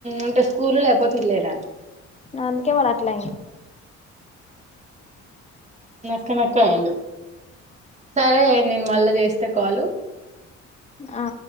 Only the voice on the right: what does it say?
ఉంటే స్కూల్ లేకపోతే ఇల్లేనాయే
నక్క నక్క అయ్యిండు సరే నేను మళ్ళా చేస్తే కాలు